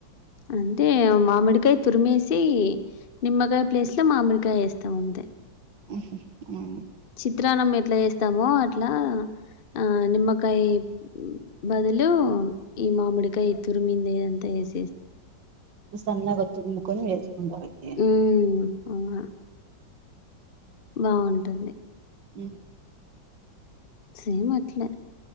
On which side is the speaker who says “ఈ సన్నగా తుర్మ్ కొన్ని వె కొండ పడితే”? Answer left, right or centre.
Right